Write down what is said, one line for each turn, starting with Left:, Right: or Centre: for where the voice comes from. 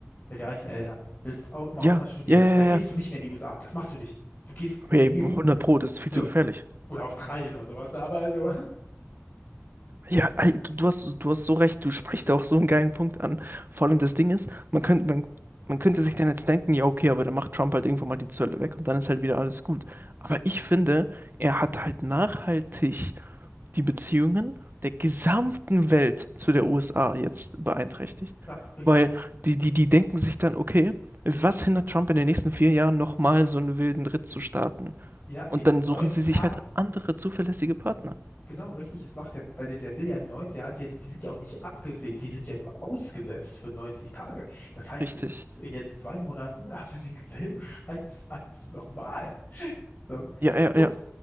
Left: mit reichen Eltern, willst au im Ausland
Right: Ja,
Left: studieren,
Right: ja, ja,
Left: da gehst
Right: ja.
Left: du nicht mehr in die USA, das machst du nicht. Du gehst
Right: Okay,
Left: in die EU,
Right: 100 Pro, das ist viel
Left: so,
Right: zu gefährlich.
Left: oder Australien oder sowas, ne? aber also,
Right: Ja, ey, du, du hast, du hast so recht, du sprichst auch so einen geilen Punkt an. Vor allem das Ding ist, man könnte, man, man könnte sich dann jetzt denken, ja, okay, aber dann macht Trump halt irgendwann mal die Zölle weg und dann ist halt wieder alles gut. Aber ich finde, er hat halt nachhaltig die Beziehungen der gesamten Welt zu der USA jetzt beeinträchtigt.
Left: <laughs> ja, richtig.
Right: Weil die, die, die denken sich dann, okay, was hindert Trump in den nächsten vier Jahren nochmal so einen wilden Ritt zu starten?
Left: Ja, in
Right: Und dann suchen
Left: 90
Right: sie sich
Left: Tagen,
Right: halt andere zuverlässige Partner.
Left: genau, richtig, es macht ja, weil der, der will ja neun, der hat ja, die sind ja auch nicht abgesägt, die sind ja nur ausgesetzt für 90 Tage. Das heißt,
Right: Richtig.
Left: in z- jetzt zwei Monaten <laughs> haben wir denselben Scheiß als nochmal. So.
Right: Ja, ja,
Left: Und
Right: ja.